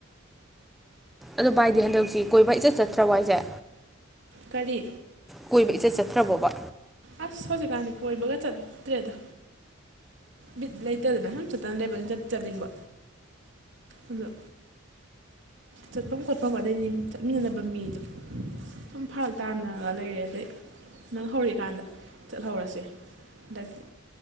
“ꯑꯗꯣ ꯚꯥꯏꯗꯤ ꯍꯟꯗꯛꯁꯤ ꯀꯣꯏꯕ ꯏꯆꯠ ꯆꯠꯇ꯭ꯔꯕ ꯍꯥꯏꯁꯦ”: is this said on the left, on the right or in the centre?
Centre